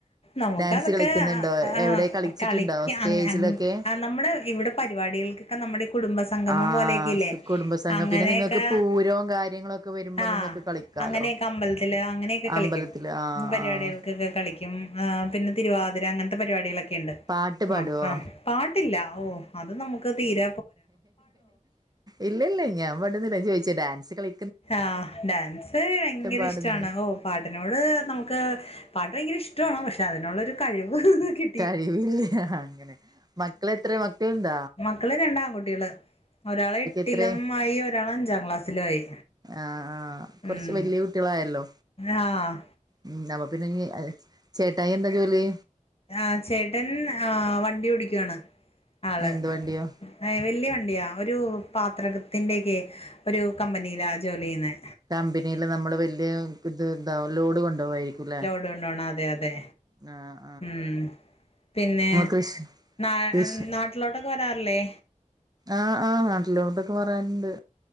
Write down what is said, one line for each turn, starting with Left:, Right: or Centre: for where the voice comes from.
Left: നമുക്ക
Right: ഡാൻസ്
Left: അതൊക്കെ
Right: കളിക്കുന്നുണ്ടോ
Left: അ ആ
Right: എവിടെ കളിച്ചിട്ടുണ്ടോ
Left: കളിക്ക
Right: സ്റ്റേജിലൊക്കെ
Left: അങ്ങ് അങ്ങ് നമ്മുടെ ഇവിടെ പരിപാടികൾക്കൊക്കെ നമ്മുടെ കുടുംബസ സംഗമം
Right: ആഹ്
Left: പോലൊക്കെയില്ലേ
Right: കുടുംബസംഘം
Left: അങ്ങനെയൊക്കെ
Right: പിന്നെ നിങ്ങൾക്ക് പൂരവും കാര്യങ്ങളൊക്കെ വരുമ്പോ
Left: ആഹ
Right: നിങ്ങൾക്ക് കളിക്കാലോ
Left: അങ്ങനെയൊക്കെ അമ്പലത്തില് അങ്ങനെയൊക്കെ കളിക്കും
Right: അമ്പലത്തില് ആഹ്
Left: പരിപാടികൾക്കൊക്കെ
Right: ആഹ്
Left: കളിക്കും. ക്കും പിന്നെ തിരുവാതിര അങ്ങനത്തെ പരിപാടികളൊക്കെ ഇണ്ട്
Right: പാട്ട് പാടുവോ
Left: അപ്പ പാട്ടില്ല ഓ- അത് നമുക്ക് തീര
Right: ഇല്ലല്ല ഞാൻ വടുന്നില്ല ചോയിച്ചേ ഡാൻസ് കളി
Left: ആഹ ഡാൻസ് വയങ്കര
Right: പാടുന്നുണ്ട്
Left: ഇഷ്ടാണ് ഓ- പാട്ടിനോട് നമുക്ക് പാട്ട് വയങ്കര ഇഷ്ടാണ് പക്ഷെ അതിനൊള്ളൊരു കഴിവ് കി
Right: കഴിവില്ല അങ്ങനെ മക്കളെത്ര മക്കളേണ്ട.
Left: മക്കള് രണ്ട് ആൺകുട്ടികള് ഒരാള് എട്ടിലും
Right: എത്രേ
Left: ആയി ഒരാൾ അഞ്ചാം ക്ലാസ്സിലും ആയി
Right: ആഹ് ആഹ കുറച്ച്
Left: ഉം
Right: വല്ിയ കുട്ടികളായല്ലോ.
Left: ആഹ്
Right: ഉം അപ്പ പിന്നെ ചേട്ടായി എന്താ ജോലി.
Left: ആ ചേട്ടൻ ആ വണ്ടി ഓടിക്കുവാണ് ആള്.
Right: എന്ത് വണ്ടിയാ
Left: ഏ വലിയ വണ്ടിയാ ഒരു പാത്രകത്തിന്റെക്കെ ഒരു കമ്പനില ജോലി ചെയ്യുന്നേ
Right: കമ്പനില് നമ്മള് വല്യയ ഇത് ഇതാ ലോഡ് കൊണ്ടോവായിരിക്കുലെ
Left: കോണ്ടോണ അതെ അതെ
Right: ആ
Left: ഉം പിന്നെ
Right: കൃഷി
Left: ന
Right: കൃഷി
Left: നാട്ടിലോട്ടൊക്കെ വരാറില്ലേ.
Right: ആഹ് ആഹ് നാട്ടിലൊട്ടൊക്കെ വരാറുണ്ട്